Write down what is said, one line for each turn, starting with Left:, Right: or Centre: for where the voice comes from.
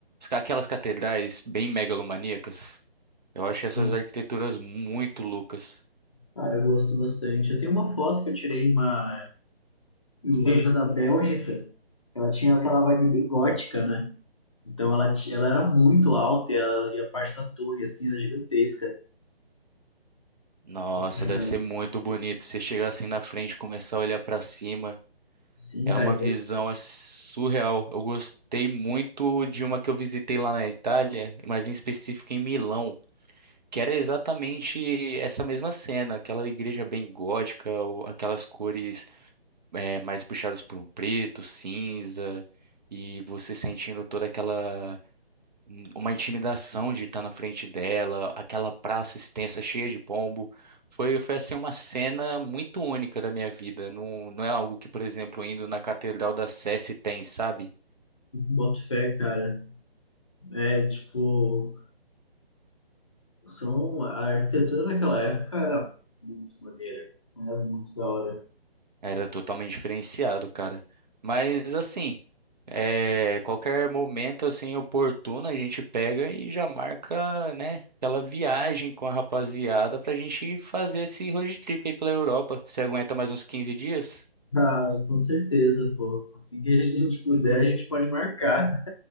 Right: aquelas catedrais bem megalomaníacas. Eu
Left: Sim.
Right: acho essas arquiteturas muito loucas.
Left: Cara, eu gosto bastante. Eu tenho uma foto que eu tirei em uma igreja da Bélgica. Ela tinha aquela vibe bem gótica, né? Então ela, ti- ela era muito alta e a, e a parte da torre, assim, era gigantesca.
Right: Nossa,
Left: Era-
Right: deve ser muito bonito. Você chegar assim na frente, e começar a olhar pra cima.
Left: Sim,
Right: É
Left: cara,
Right: uma visão assim, surreal. Eu gostei muito de uma que eu visitei lá na Itália, mas em específico em Milão, que era exatamente essa mesma cena, aquela igreja bem gótica, o- aquelas cores eh, mais puxadas por um preto, cinza, e você sentindo toda aquela um- uma intimidação de estar na frente dela, aquela praça extensa cheia de pombo. Foi, foi assim uma cena muito única da minha vida. Não, não é algo que, por exemplo, indo na Catedral da Sé se tem, sabe?
Left: boto fé, cara. É, tipo. São, a arquitetura naquela época era muito maneira, era muito da hora.
Right: Era totalmente diferenciado, cara. Mas assim, é, qualquer momento assim oportuno a gente pega e já marca, né? Aquela viagem com a rapaziada pra gente fazer esse road trip aí pela Europa. Você aguenta mais uns 15 dias?
Left: Ah, com certeza, pô. Assim que a gente <laughs> puder, a gente pode marcar.